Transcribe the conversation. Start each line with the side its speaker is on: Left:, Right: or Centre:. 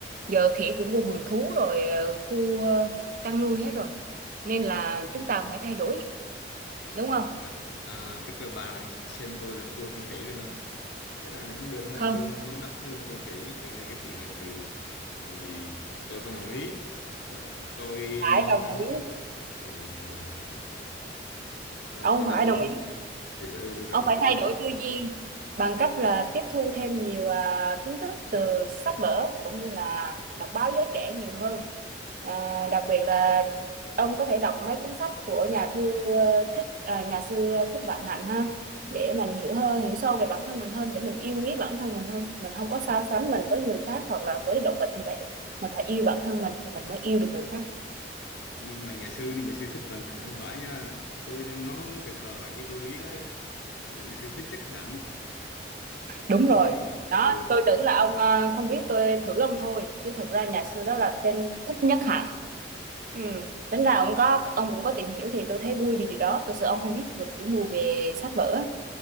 Right: giờ khỉ cũng vô vườn thú rồi ờ, khu ờ, chăn nuôi hết rồi. Nên là chúng ta cũng phải thay đổi, đúng không?
Left: à, à, tức là bà đang xem tôi là thua con khỉ luôn mà cái này là không được nha
Right: Không,
Left: tôi đang vấn đống hơn con khỉ cho nên cái chuyện này thì, thì tôi không đồng ý ờ, tôi
Right: phải đồng
Left: ăn
Right: ý.
Left: cái ừ, rồi, rồi. rồi
Right: Ông
Left: còn
Right: phải
Left: làm gì
Right: đồng
Left: nữa
Right: ý
Left: ừ, ừ được rồi
Right: ông phải
Left: biết
Right: thay
Left: rồi
Right: đổi tư duy bằng cách là tiếp thu thêm nhiều à, kiến thức từ sách vở cũng như là đọc báo giới trẻ nhiều hơn à, đặc biệt là ông có thể đọc mấy cuốn sách của nhà thư ờ, thích à, nhà sư thích vạn hạnh ha để mình hiểu hơn hiểu sâu về bản thân mình hơn để mình yêu quý bản thân mình hơn mình không có so sánh mình với người khác hoặc là với động vật như vậy được mình phải yêu bản thân mình thì mình mới yêu được người khác
Left: nhưng mà nhà sư này nhà sư thích vận hạnh không phải nha tôi đang ngó khờ khờ vậy chứ tôi biết ấy nhà sư thích chất hạnh Ừ,
Right: đúng
Left: tôi
Right: rồi
Left: thấy
Right: đó
Left: ừ
Right: tôi tưởng là ông ờ, không biết tôi thử ông thôi chứ thực ra nhà sư đó là tên thích nhất hạnh ừ tính ra ông có ông cũng có tìm hiểu thì tôi thấy vui vì điều đó tôi sợ ông không biết một chữ mù về sách vở á.